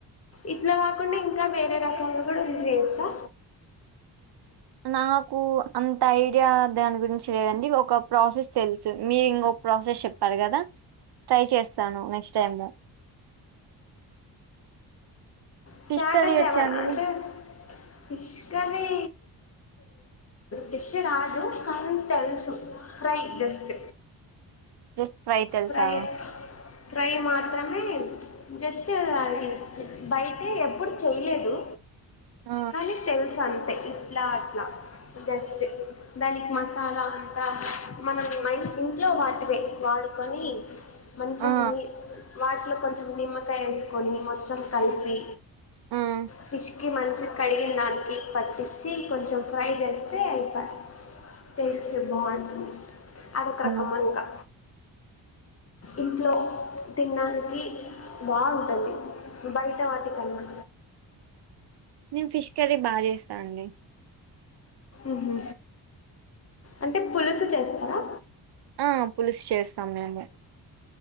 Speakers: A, on the left (about 30°); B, on the right (about 60°).
A: ఇట్లా ఉంది ఇంకా వేరే రకంగా కూడా చేయించా
B: నాకు అంత ఐడియా దాని గురించి లేదండి. ఒక ప్రాసెస్ తెలుసు. మీరు ఇంకొక ప్రాసెస్ చెప్పారు కదా. ట్రై చేస్తాను next time
A: status
B: fish curry వచ్చా
A: ఎవన్
B: అండి
A: అంటే
B: మీకు
A: ఫిష్ కర్రీ ఫిష్ రాదు కానీ తెలుసు ఫ్రై జస్ట్
B: ఫిష్ తెలుసా
A: ఫ్రై ఫ్రై మాత్రం కానీ జస్ట్ అది బయట ఎప్పుడు చేయ్యిలేదు.
B: ఆ
A: కానీ తెలుసు అంత ఇట్లా అట్లా జస్ట్ దానికి మసాలా అంట మా ఇంట్లో వాటివే మనీ మంచంని
B: ఆ
A: వాటిలో కొంచెం నీ నిమ్మకాయ వేసుకొని మొత్తం కలిపి
B: ఆ
A: ఫిష్ కి మంచిగా కడిగిన దానికి పట్టించి కొంచెం ఫ్రై చేస్తే అయిప టేస్ట్ బాగుంటుంది. అది ఒక రక
B: ఆ
A: మంకా ఇంట్లో తినడానికి బాగుంటుంది బయట వాటి కన్నా
B: నేను ఫిష్ అది బాగా చేస్తా అండి
A: ఉహు అంటే పులుసు చేస్తారా
B: ఆ పులుసు చేస్తాం మేము